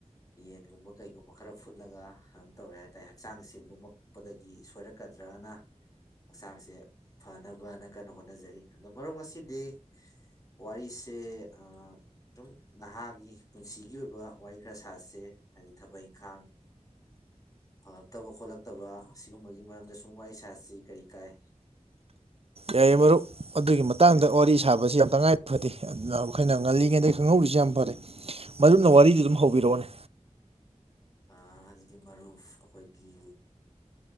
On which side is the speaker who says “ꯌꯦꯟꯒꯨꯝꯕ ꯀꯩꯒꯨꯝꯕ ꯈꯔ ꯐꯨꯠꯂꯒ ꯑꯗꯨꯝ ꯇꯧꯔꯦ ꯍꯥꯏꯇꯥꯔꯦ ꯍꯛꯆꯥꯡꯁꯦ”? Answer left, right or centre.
Left